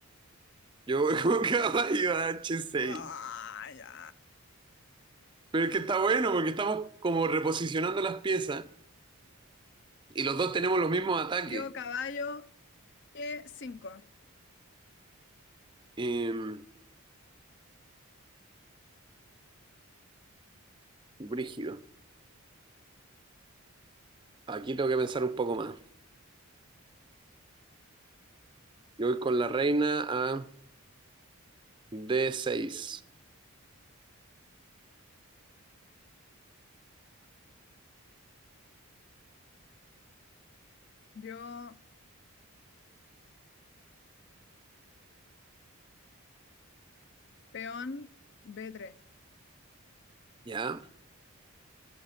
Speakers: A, on the right; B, on the left.
A: Yo voy con <laughs> caballo a H6.
B: Ah, ya.
A: Pero es que está bueno porque estamos como reposicionando las piezas y los dos tenemos los mismos ataques.
B: Yo, caballo G5.
A: Em, brígido. Aquí tengo que pensar un poco más. Yo voy con la reina a D6.
B: Yo, peón B3.
A: ¿Ya?